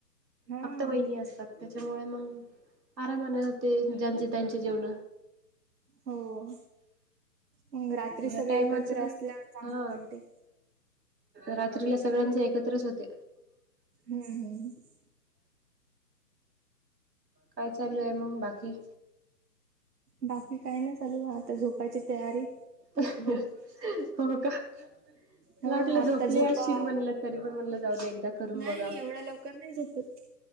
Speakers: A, on the right (about 65°); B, on the right (about 80°).
A: हा.
B: फक्त वहिनी असतात त्याच्यामुळे मग आरामान होते ज्यांची त्यांची जेवण
A: हो मग रात्री
B: ह्या
A: सगळे
B: टायमाच
A: एकत्र असल्यावर चांगलं
B: हा
A: वाटते
B: रात्रीला सगळ्यांचे एकत्रच होते
A: हम्म हम्म
B: काय चालू हाय मंग बाकी
A: बाकी काय नाही चालू आता झोपायची तयारी
B: हो का मला
A: हो
B: वाटलं
A: आत्ता
B: झोपले
A: झोपा
B: असशील म्हणलं तरी पण म्हणलं जाऊ दे एकदा करून
A: नाही
B: बघावं
A: एवढ्या लवकर नाही झोपत.